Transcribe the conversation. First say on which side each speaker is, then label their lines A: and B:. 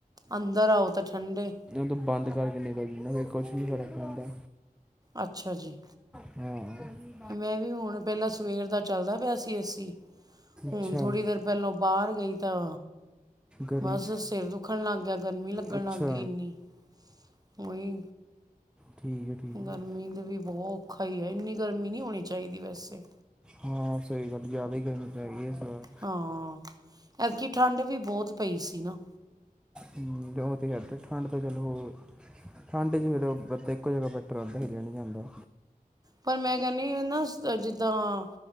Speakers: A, on the right; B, in the centre.
A: ਅੰਦਰ ਆਉ ਤਾਂ ਠੰਡੇ
B: ਤੂੰ ਬੰਦ ਕਰਕੇ ਨਹੀਂ ਕਰਨਾ, ਫਿਰ ਕੁਛ ਨੀ ਫਰਕ ਪੈਂਦਾ
A: ਅੱਛਾ ਜੀ।
B: ਹੂੰ
A: ਮੈਂ ਵੀ ਹੁਣ ਪਹਿਲਾਂ ਸਵੇਰ ਦਾ ਚੱਲਦਾ ਪਿਆ ਸੀ ਏ ਸੀ ਹੁਣ
B: ਅੱਛਾ
A: ਥੋੜ੍ਹੀ ਦੇਰ ਪਹਿਲੋ ਬਾਰ ਗਈ ਤਾਂ
B: ਗਰਮ
A: ਬਸ ਸਿਰ ਦੁੱਖਣ ਲੱਗ ਗਿਆ, ਗਰਮੀ ਲੱਗਣ
B: ਅੱਛਾ
A: ਲੱਗ ਗਈ ਇੰਨੀ। ਉਹੀ
B: ਠੀਕ ਹੈ ਠੀਕ
A: ਗਰਮੀ
B: ਹੈ
A: ਦੇ ਵੀ ਬਹੁਤ ਔਖਾ ਈ ਐ ਇੰਨੀ ਗਰਮੀ ਨੀ ਹੋਣੀ ਚਾਈਦੀ ਵੈਸੇ।
B: ਹਾਂ ਸਈ ਗੱਲ ਜ਼ਿਆਦਾ ਈ ਗਰਮੀ ਪੈ ਗਈ ਏਸ ਵਾਰ।
A: ਹਾਂ, ਐਤਕੀ ਠੰਡ ਵੀ ਬੋਤ ਪਈ ਸੀ ਨਾ।
B: ਹੂੰ, ਓ ਤੇ ਹੈ ਤੇ ਠੰਡ ਤੇ ਚਲੋ ਠੰਡ ਚ ਫਿਰ ਬ ਇੱਕੋ ਜਗਾ ਬੈਠਿਆਂ ਰਹਿੰਦਾ ਹਿਲਿਆ ਨਈ ਜਾਂਦਾ।
A: ਪਰ ਮੈਂ ਕਹਿੰਨੀ ਨਾ ਜਿੱਦਾਂ ਆ